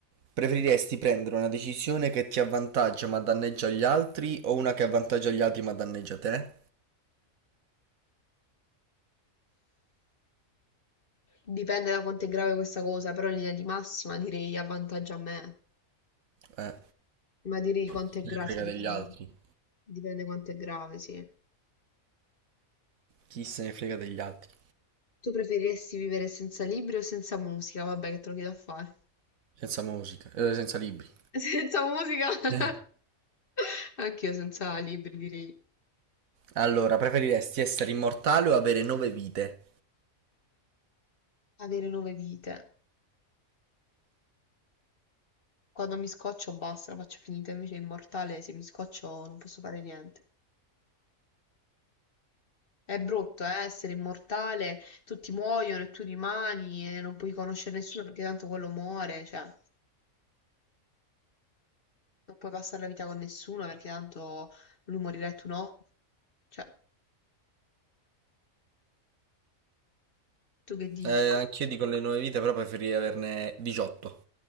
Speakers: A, on the right; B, on the left.
A: preferiresti prendere una decisione che ti avvantaggia ma danneggia gli altri o una che avvantaggia gli altri ma danneggia te?
B: Dipende da quanto è grave questa cosa, però in linea di massima direi avvantaggia a me.
A: Eh,
B: Ma direi quanto
A: chi se
B: è grave,
A: ne frega
B: sì, dipende,
A: degli altri.
B: dipende quanto è grave, sì.
A: Chi se ne frega degli altri?
B: Tu preferiresti vivere senza libri o senza musica? Vabbè, che te lo chiedo a fare.
A: Senza musica, eh, senza libri.
B: <laughs> Senza musica? <laughs>
A: Eh.
B: Anch'io senza libri direi.
A: Allora, preferiresti essere immortale o avere nove vite?
B: Avere nove vite. Quando mi scoccio basta, la faccio finita, invece è immortale, se mi scoccio non posso fare niente. È brutto, eh, essere immortale, tutti muoiono e tu rimani e non puoi conoscere nessuno perché tanto quello muore, cioè, non puoi passare la vita con nessuno perché tanto lui morirà e tu no. Cioè, tu che dici?
A: Eh, anch'io dico le nove vite, però preferirei averne 18.